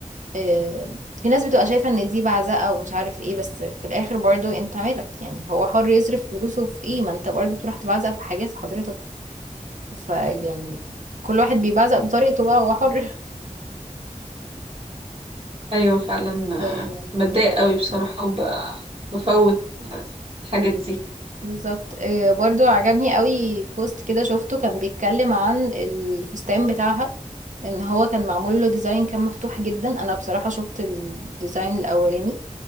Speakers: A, on the right (about 65°); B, on the right (about 45°).
A: آه في ناس بتبقى شايفة ان دي بعزقة ومش عارف ايه بس في الاخر برضو انت مالك يعني هو حر يصرف فلوسه في ايه ما انت برضو بتروح تبعزق في حاجات حضرتك فيعني كل واحد بيبعزق بطريقته بقى هو حر
B: أيوة فعلا آه،
A: <laughs>
B: بتضايق قوي بصراحة وبفوت الحاجات دي
A: بالظبط آه، برضو عجبني قوي بوست كده شفته كان بيتكلم عن الفستان بتاعها ان هو كان معمول له ديزاين كان مفتوح جدا انا بصراحة شفت الديزاين الاولاني